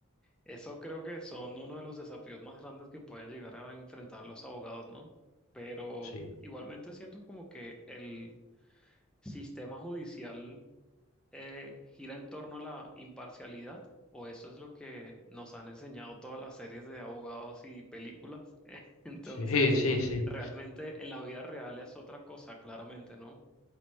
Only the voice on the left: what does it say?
sí,
sí, <laughs> sí, sí.